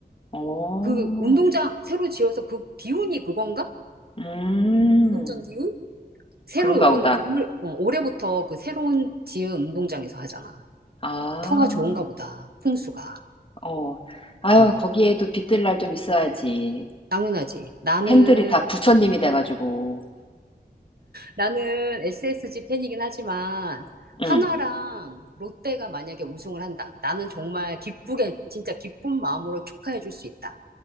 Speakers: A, on the left; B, on the right.
A: 어.
B: 그 운동장 새로 지어서 그 기운이 그건가?
A: 음.
B: 운동장 기운? 새로
A: 그런가
B: 요번
A: 보다.
B: 오늘 어, 올해부터 그 새로운 지은 운동장에서 하잖아.
A: 아.
B: 터가 좋은가 보다. 풍수가.
A: 어. 아유,
B: 어,
A: 거기에도 빚들 날 좀 있어야지.
B: 당연하지. 나는,
A: 팬들이 다 부처님이 돼가지고.
B: 나는 SSG 팬이긴 하지만,
A: 응.
B: 하나랑 롯데가 만약에 우승을 한다. 나는 정말 기쁘게, 진짜 기쁜 마음으로 축하해 줄 수 있다.